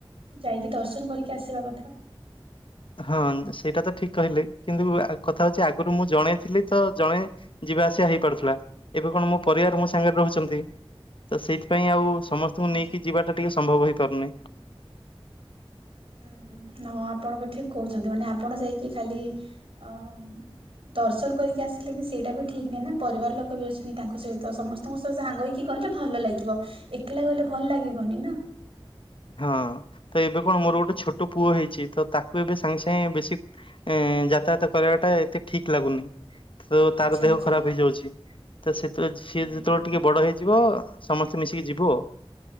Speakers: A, on the right; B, on the left.
A: ଯାଇକି ଦର୍ଶନ କରିକି ଆସିବା କଥା।
B: ହଁ ସେଇଟା ତ ଠିକ୍ କହିଲେ କିନ୍ତୁ ଆ କଥା ହଉଚି ଆଗରୁ ମୁଁ ଜଣେ ଥିଲି ତ ଜଣେ। ଯିବା ଆସିଆ ହେଇପାରୁଥିଲା ଏବେ କଣ ମୋ ପରିବାର ମୋ ସାଙ୍ଗରେ ରହୁଚନ୍ତି। ତ ସେଇଥିପାଇଁ ଆଉ ସମସ୍ତଙ୍କୁ
A: ଆଚ୍ଛା।
B: ନେଇକି ଯିବା ଟା ଟିକେ ସମ୍ଭବ ହେଇପାରୁନି।
A: ଉଁ ହୁଁ ହଁ ଆପଣ ବି ଠିକ୍ କହୁଛନ୍ତି ମାନେ ଆପଣ ଯାଇକି ଖାଲି ଅ ଦର୍ଶନ କରିକି ଆସିଲେ ବି ସେଇଟା ବି ଠିକ୍ ନାହିଁ ନା ପରିବାର ଲୋକ ବି ଅଛନ୍ତି ତାଙ୍କ ସହିତ ସମସ୍ତେ। ତମ ସ ସାଙ୍ଗ ହେଇକି ଗଲେ ଭଲ ଲାଗିବ। ଏକଲା ଗଲେ ଭଲ ଲାଗିବନି ନା
B: ହଁ ତ ଏବେ କଣ
A: ହୁଁ
B: ମୋର ଗୋଟେ ଛୋଟ ପୁଅ ହେଇଚି ତ ତାକୁ ଏବେ ସାଙ୍ଗେ ସାଙ୍ଗେ ବେଶୀ। ଏ ଯାତାୟାତ କରିବାଟା ଏତେ ଠିକ୍ ଲାଗୁନି। ତ ତାର
A: ଆଚ୍ଛା
B: ଦେହ
A: ଆଚ୍ଛା।
B: ଖରାପ ହେଇଯାଉଚି ତ ସେତଳେ ସିଏ
A: ଉୁଁ
B: ଯେତେବେଳେ
A: ହୁଁ ହୁଁ
B: ଟିକେ ବଡ ହେଇଯିବ। ସମସ୍ତେ ମିଶିକି ଯିବୁ ଆଉ।